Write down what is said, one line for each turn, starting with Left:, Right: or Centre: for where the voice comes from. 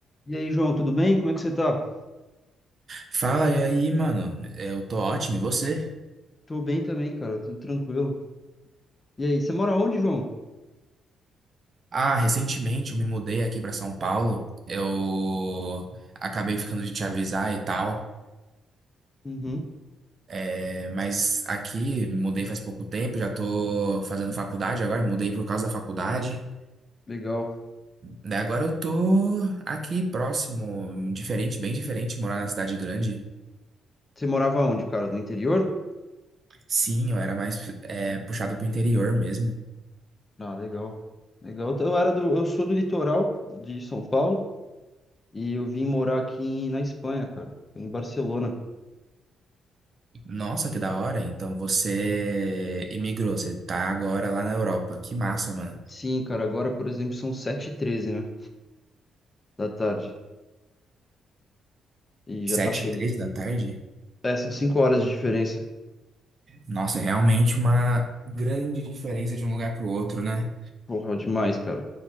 Left: E aí, João, tudo bem? Como é que você tá?
Right: Fala, e aí, mano? Eu tô ótimo, e você?
Left: Tô bem também, cara, tudo tranquilo. E aí, você mora onde, João?
Right: Ah, recentemente eu me mudei aqui pra São Paulo. Eu acabei ficando de te avisar e tal.
Left: Uhum,
Right: É, mas aqui, me mudei faz pouco tempo, já tô fazendo faculdade agora, mudei por causa da faculdade.
Left: legal.
Right: Daí agora eu tô aqui próximo, diferente, bem diferente, morar na cidade grande.
Left: Você morava onde, cara? No interior?
Right: Sim, eu era mais é, puxado pro interior mesmo.
Left: Ah, legal. Legal. Eu era do, eu sou do litoral de São Paulo e eu vim morar aqui em- na Espanha, cara, em Barcelona.
Right: Nossa, que da hora. Então você imigrou, você tá agora lá na Europa. Que massa, mano.
Left: Sim, cara, agora, por exemplo, são sete e treze, né, da tarde. E
Right: Sete
Left: já tá chegando.
Right: e três da tarde?
Left: É, são 5 horas de diferença.
Right: Nossa, é realmente uma grande diferença de um lugar pro outro, né?
Left: Porra, demais, cara.